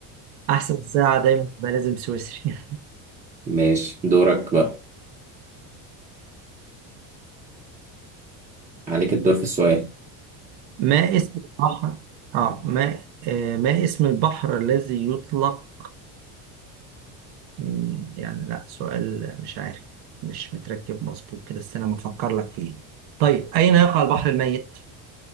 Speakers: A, on the right (about 75°); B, on the right (about 20°).
A: أحسن ساعة دايما تبقى لازم سويسري
B: ماشي دورك بقى عليك الدور في السؤال
A: ما اسم البحر اه ما آه، ما اسم البحر الذي يطلق مم، يعني لا سؤال مش عارف مش متركب مظبوط كده استنى ما افكر لك فيه طيب اين يقع البحر الميت